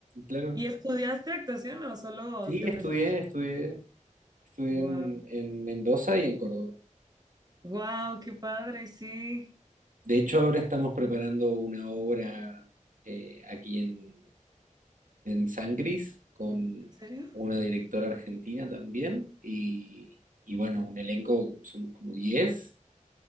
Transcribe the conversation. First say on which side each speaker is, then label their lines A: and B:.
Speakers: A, on the right; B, on the right.
A: claro.
B: ¿Y estudiaste actuación o solo
A: Sí,
B: te empezaste?
A: estudié, estudié. Estudié
B: Wow,
A: en, en Mendoza y en Córdoba.
B: wow, qué padre, sí.
A: De hecho, ahora estamos preparando una obra eh, aquí en, en San Cris con
B: ¿En serio?
A: una directora argentina también y, y bueno, un elenco, somos como 10